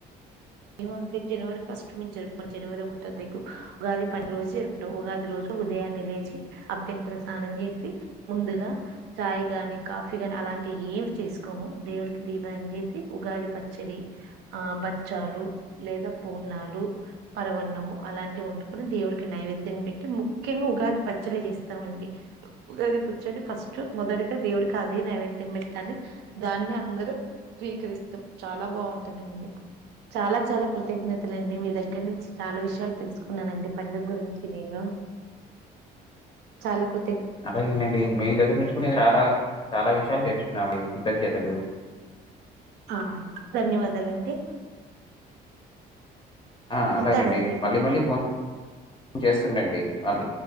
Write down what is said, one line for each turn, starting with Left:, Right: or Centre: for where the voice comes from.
Right: మేమ అంతే జనవరి ఫస్ట్ ను జరుపుకోం జనవరి ఒకటో తారీఖు కు ఉగాది పండుగ రోజు జరుపు ఉగాది రోజు ఉదయాన్నే లేచి అభ్యంగన స్నానం చేసి ముందుగా చాయ్ గాని కాఫీ గాని అలాంటివి ఏమి తీసుకోము దేవునికి దీపంగేసి ఉగాది పచ్చడి ఆ బచ్చాలు లేదా పూర్ణాలు పరవన్నము అలాంటివి వండుకొని దేవుడికి నైవేద్యం పెట్టి ముఖ్యంగా ఉగాది పచ్చడి చేస్తామండి ఉగాది పచ్చడి ఫస్ట్ మొదటిగా దేవుడికి అదే నైవేద్యం పెట్టాలి దాన్ని అందరూ స్వీకరిస్తాం చాలా బాగుంటందండి చాలా చాలా కృతజ్ఞతలండి మీ దగ్గర నుంచి చాలా విషయాలు తెలుసుకున్నానండి పండుగ గురించి నేను చాలా కృతజ్ఞ
Left: అలాగేనండి మీ దగ్గర నుంచి కూడా నే చాలా చాలా విషయాలు నేర్చుకున్నానండి కృతజ్ఞతలు
Right: ఆ ధన్యవాదాలండి
Left: ఆ అలాగేనండి
Right: ఉంటానండి
Left: మళ్ళీ మళ్ళీ ఫోన్ చేస్తుండండి మళ్ళీ